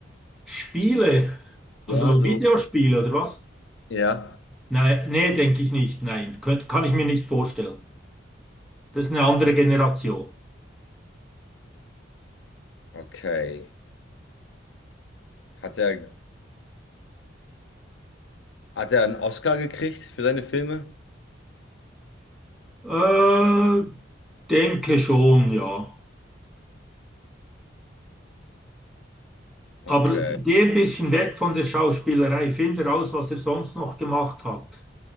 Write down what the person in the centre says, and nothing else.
Spiele, also
Videospiele oder was?
Nein, nee, denke ich nicht. Nein, könnt, kann ich mir nicht vorstellen. Das ist eine andere Generation.
Äh, denke schon, ja. Aber
geh ein bisschen weg von der Schauspielerei. Finde raus, was er sonst noch gemacht hat.